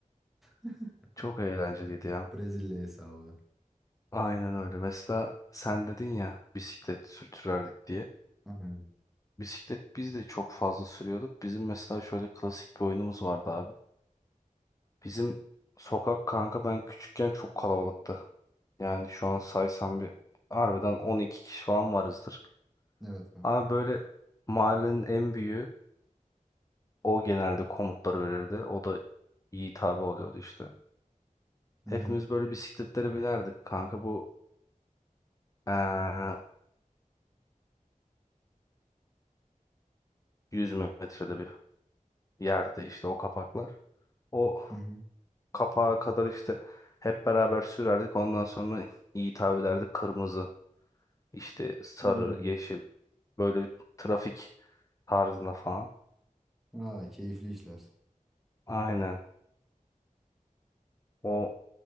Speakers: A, in the centre; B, on the left.
A: <laughs>
B: <laughs> Çok eğlenceliydi ya.
A: Brezilya hesabı.
B: Aynen öyle. Mesela sen dedin ya bisiklet sürtürerdik diye.
A: Aynen.
B: Bisiklet biz de çok fazla sürüyorduk. Bizim mesela şöyle klasik bir oyunumuz vardı abi. Bizim sokak kanka ben küçükken çok kalabalıktı. Yani şu an saysam bir harbiden 12 kişi falan varızdır.
A: Evet kanka.
B: Abi böyle mahallenin en büyüğü O genelde komutları verirdi. O da iyi tabi oluyordu işte.
A: Hı
B: Hepimiz
A: hı.
B: böyle bisikletlere binerdik kanka. Bu eee 100 metrede bir yerde işte o kapaklar. O
A: Hı hı.
B: kapağa kadar işte hep beraber sürerdik. Ondan sonra iyi tabi ederdik. Kırmızı, işte sarı,
A: Hmm.
B: yeşil. Böyle bir trafik tarzında falan.
A: Aa, keyifli işler.
B: Aynen. O